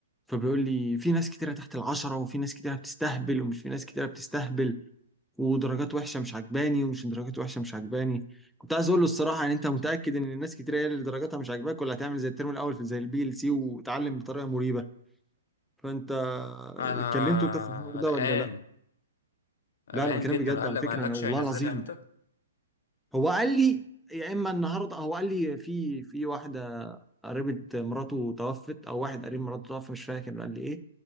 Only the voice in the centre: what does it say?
فبيقول لي في ناس كتيره تحت العشرة وفي ناس كتيره بتستهبل ومش في ناس كتيره بتستهبل ودرجات وحشه مش عجباني ومش درجات وحشه مش عجباني كنت عايز اقول له الصراحه يعني انت متاكد ان الناس كتيره هي اللي درجاتها مش عاجباك ولا هتعمل زي الترم الاول في زي البي ال سي وتعلم بطريقه مريبه فانت
كلمته انت في الحوار ده
ولا لا لا
انا بكلم
بجد
على
فكره
انا والله
العظيم
هو قال لي يا اما النهارده هو قال لي في في واحده قريبه مراته توفت او واحد قريب مراته توفى مش فاكر قال لي ايه